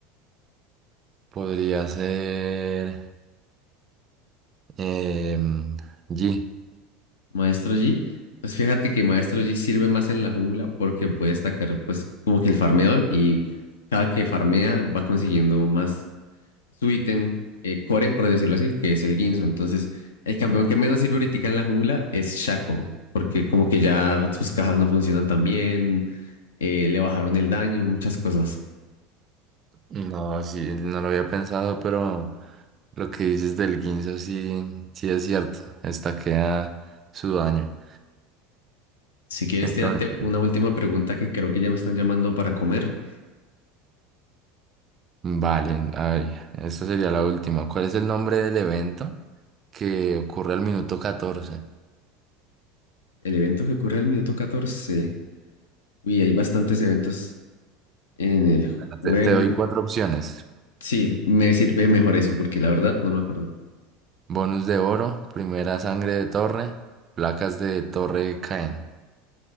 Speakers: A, on the right; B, on the left.
A: podría ser em, G.
B: Maestro Yi, pues fíjate que Maestro Yi sirve más en la jungla porque puede destacar pues como que el farmeo y cada que farmea va consiguiendo más su ítem eh, core, por decirlo así, que es el Guinzo. Entonces, el campeón que menos sirve ahorita en la jungla es Shaco, porque como que ya sus cajas no funcionan tan bien, eh, le bajaron el daño, muchas cosas.
A: No, sí, no lo había pensado, pero lo que dices del Guinzo sí, sí es cierto. queda su daño.
B: Si quieres,
A: Entonces,
B: tírate una última pregunta que creo que ya me están llamando para comer.
A: vale, a ver, esta sería la última. ¿Cuál es el nombre del evento que ocurre al minuto 14?
B: El evento que ocurre al minuto 14. Uy, hay bastantes eventos en el
A: Bueno,
B: juego.
A: Te, te doy cuatro opciones.
B: Sí, me sirve mejor eso, porque la verdad no me acuerdo.
A: Bonus de oro, primera sangre de torre, placas de torre caen.